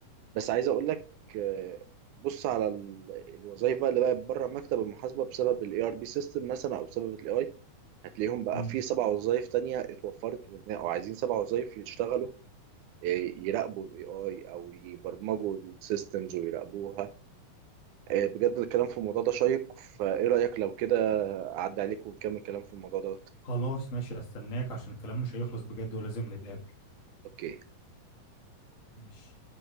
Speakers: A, on the right (about 80°); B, on the left (about 40°).
A: بس عايز اقول لك آه، بص على ال- الوظايف بقى اللي بقت بره مكتب المحاسبه بسبب الاي ار بي سيستم مثلا او بسبب الاي اي هتلاقيهم بقى
B: امم
A: في سبع وظايف تانية اتوفرت وإن- او عايزين سبع وظايف يشتغلوا يراقبوا الاي اي او يبرمجوا السيستمز ويراقبوها آه، بجد الكلام في الموضوع ده شيق فايه رأيك لو كده اعدي عليك ونكمل كلام في الموضوع ده
B: خلاص ماشي استناك عشان الكلام مش هيخلص بجد ولازم نتقابل
A: اوكي
B: ماشي